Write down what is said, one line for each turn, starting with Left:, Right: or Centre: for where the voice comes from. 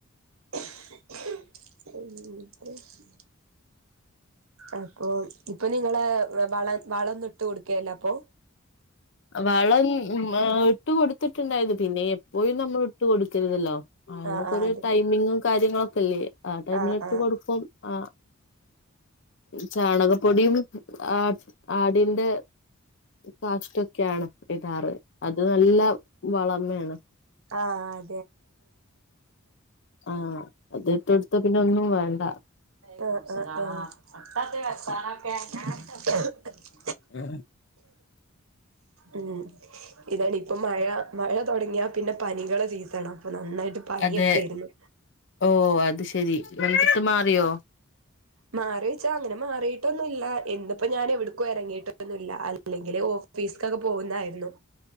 Right: ഉ <unintelligible> അപ്പൊ ഇപ്പം നിങ്ങളെ വള വളൊന്നും ഇട്ട് കൊടുക്കേലാ അപ്പൊ
Left: വളം മാ ഇട്ട് കൊടുത്തിട്ടുണ്ടായിരുന്നു പിന്നെ എപ്പോഴും നമ്മളെ ഇട്ട് കൊടു ക്കരുതല്ലോ അതിനൊക്കെ
Right: ആഹ് ആഹ്
Left: ഒരു
Right: അത്
Left: ടൈമിങ്ങും
Right: ശരി
Left: കാര്യങ്ങളൊക്കെ ഇല്ലേ ആ ടൈമിലിട്ട്
Right: ആഹ് ആഹ്
Left: കൊടുക്കും ആ ചാണകം പൊടിയും ആട് ആടിന്റെ കാഷ്ടക് ഒക്കെയാണ് ഇടാറ് അത് നല്ല വളമയാണ്
Right: ആ ആ
Left: ആ അതിട്ടുകൊടുത്താ പിന്നൊ ന്നും വേണ്ട
Right: അ അട്ട വ സാന ക <unintelligible>
Left: ആ
Right: ഉം ഇതാണിപ്പം മഴ മഴ തൊടങ്ങിയാ പ്പിന്നെ പനികളെ സീസണാ നന്നായിട്ട് പനിയൊക്കെയാണെ
Left: അതെ ഓ അത് ശെരി നിങ്ങക്ക് മാറിയോ
Right: മാറീച്ചാ അങ്ങനെ മാറീട്ടൊന്നില്ല ഇന്നിപ്പം ഞാൻ എവിടെക്കും എ റങ്ങിയിട്ടൊന്നുമില്ല അല്ലെങ്കില് ഓഫീ ഫീസ്ക്കൊക്കെ പോന്നതായിരുന്നു